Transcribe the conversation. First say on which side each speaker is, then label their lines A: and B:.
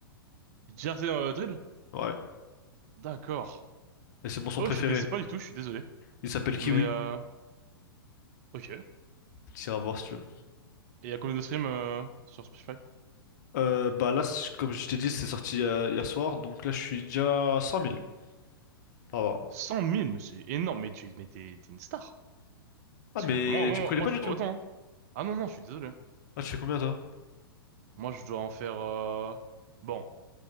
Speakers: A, on the right; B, on the left.
A: Jersey euh, Drill?
B: Ouais.
A: D'accord.
B: Et c'est mon son
A: Ah
B: préféré.
A: ouais, je te connaissais pas du tout, je suis désolé.
B: Il s'appelle Kiwi.
A: Mais, euh... Ok. Et
B: Tu iras voir si tu veux.
A: et il y a combien de streams euh, sur Spotify?
B: Euh, bah là, c- comme je t'ai dit, c'est sorti euh, hier soir, donc là je suis déjà à 100 000. Ah, bah.
A: 100 000, mais c'est énorme. Mais tu, mais t'es, t'es une star.
B: Ah,
A: Parce
B: mais
A: que moi, moi,
B: tu me connais
A: moi,
B: pas
A: je
B: du
A: fais pas
B: tout.
A: autant. hein. Ah non, non, je suis désolé. hein.
B: Ah, tu fais combien toi?
A: Moi, je dois en faire. euh, Bon,